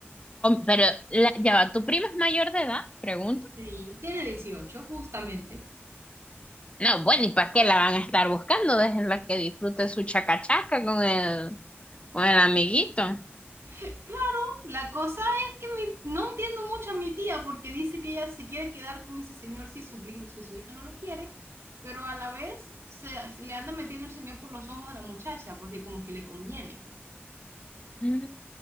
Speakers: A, on the left; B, on the right.
A: pero la- ya va, ¿tu prima es mayor de edad? Pregunto.
B: Sí, tiene 18 justamente.
A: No, bueno, ¿y para qué la van a estar buscando? Déjenla que disfrute su chacachaca con el, con el amiguito.
B: Claro, la cosa es que mi- no entiendo mucho a mi tía porque dice que ella se quiere quedar con ese señor si su, prim- si su hija no lo quiere, pero a la vez se, le anda metiendo el señor por los ojos a la muchacha porque como que le conviene,
A: Mm,